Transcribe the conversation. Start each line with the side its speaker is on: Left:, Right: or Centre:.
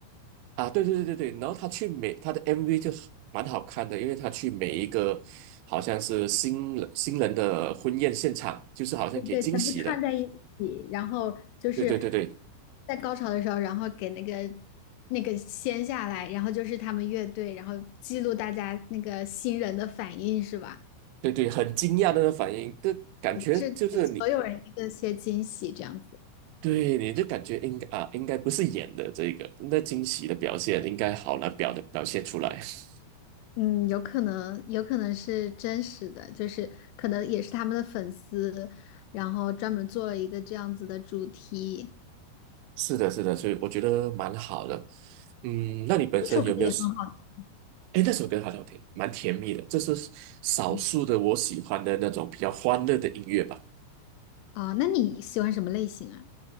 Right: 啊，对对对对对，然后他去每他的 MV 就蛮好看的，因为他去每一个好像是新人新人的婚宴现场，就是好像给惊喜了。
Left: 对，全部串在一起，然后就是
Right: 对对对对
Left: 在高潮的时候，然后给那个那个掀下来，然后就是他们乐队，然后记录大家那个新人的反应，是吧？
Right: 对对，很惊讶的反应，这感觉就是你
Left: 就是给所有人一个些惊喜，这样子。
Right: 对你就感觉应该啊，应该不是演的这个，那惊喜的表现应该好难表的表现出来。<laughs>
Left: 嗯，有可能，有可能是真实的，就是可能也是他们的粉丝，然后专门做了一个这样子的主题。
Right: 是的，是的，所以我觉得蛮好的。嗯，那你本身有没有
Left: 那首歌也很好
Right: 哎，那首歌好像挺蛮甜蜜的，这是少数的我喜欢的那种比较欢乐的音乐吧。
Left: 听啊，那你喜欢什么类型啊？